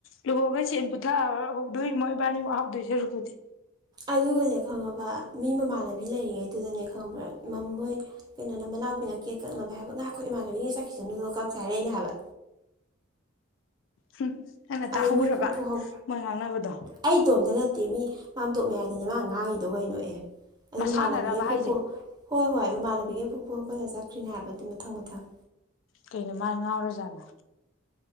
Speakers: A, on the left; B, on the right.
A: ꯂꯨꯍꯣꯡꯉꯥ ꯁꯦꯟ ꯄꯨꯊ ꯍꯧꯔꯥ ꯍꯧꯗꯣꯏ ꯃꯣꯏꯕꯥꯅꯤ ꯋꯥꯍꯧꯗꯣꯏ ꯁꯔꯨꯛꯄꯨꯗꯤ
B: ꯑꯗꯨꯒꯅꯦ ꯈꯪꯉꯕ ꯃꯤ ꯃꯃꯥꯟꯅꯕꯤ ꯂꯩꯔꯤꯉꯩꯗꯨꯗꯅꯦ ꯈꯪꯕ꯭ꯔꯥ ꯃꯝ ꯃꯣꯏ ꯀꯩꯅꯣꯅ ꯃꯅꯥꯎꯄꯤꯅ ꯀꯦꯛ ꯀꯛꯅꯕꯦ ꯍꯥꯏꯕ ꯉꯥꯏꯈꯣ ꯏꯃꯥꯟꯅꯕꯤꯈꯩ ꯆꯠꯈꯤꯁꯅꯨ ꯑꯗꯨ ꯀꯛꯁꯦ ꯍꯥꯏꯔꯏꯅꯦ ꯍꯥꯏꯕ
A: ꯍꯝ ꯑꯪꯅ
B: ꯑꯗꯨ
A: ꯇꯥꯍꯧꯔꯕ
B: ꯃꯤ ꯐꯨꯛ ꯐꯨꯛ ꯍꯧ
A: ꯃꯣꯏ ꯉꯥꯡꯅꯕꯗꯣ
B: ꯑꯩ ꯏꯇꯣꯝꯇ ꯅꯠꯇꯦ ꯃꯤ ꯃꯥꯥꯟꯇꯣꯞ ꯃꯌꯥꯏꯗꯅꯦ ꯃꯥ ꯉꯥꯡꯉꯤꯗꯣ ꯀꯩꯅꯣ ꯑꯦ ꯑꯗꯨ
A: ꯃꯁꯥꯟꯅꯔꯕ
B: ꯃꯃꯥꯟꯅꯕꯤꯒꯤ ꯄꯨꯄꯨ
A: ꯍꯥꯏꯁꯦ
B: ꯍꯣꯏ ꯍꯣꯏ ꯏꯃꯥꯟꯅꯕꯤꯒ ꯄꯨꯄꯨ ꯍꯧꯒꯠꯂ ꯆꯠ ꯀꯔꯤꯅ ꯍꯥꯏꯕ ꯑꯗꯨꯝ ꯃꯊꯪ ꯃꯊꯪ
A: ꯀꯩꯅꯣ ꯃꯥꯥ ꯉꯥꯎꯔꯖꯥꯠꯂ